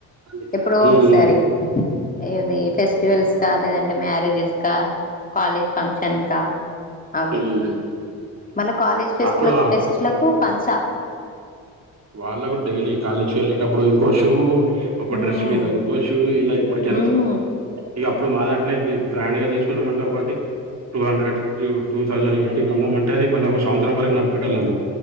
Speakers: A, on the right; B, on the left.
A: పాలు తెచ్చిరా.
B: ఎప్పుడో
A: ఉమ్,
B: ఒకసారి ఏది ఫెస్టివల్స్ కా లేదంటే మ్యారేజెస్ కా కాలేజ్ ఫంక్షన్ కా అవి
A: ఉమ్.
B: మళ్ళా కాలేజ్ ఫెస్ట్
A: అప్పుడు
B: ఫెస్ట్ల ఫెస్ట్లక్ పు పంచా
A: వాళ్ళకు డైలీ కాలేజ్కి వెళ్ళేటప్పుడు ఇంకో షూ ఒక
B: ఉమ్
A: డ్రెస్ మీద ఓ షూ ఇలా ఇప్పుడికి ఆరేసాను
B: ఉమ్
A: ఇగ అప్పుడు మా దాంట్లో ఏంది బ్రాండ్ గా తీసుకున్నామంటే ఒకటి టూ హండ్రెడ్ టూ థౌసండ్ పెట్టి కొన్నమంటే అది మళ్ళ ఒక సంవత్సరం వరకు నడిపేట్టొలం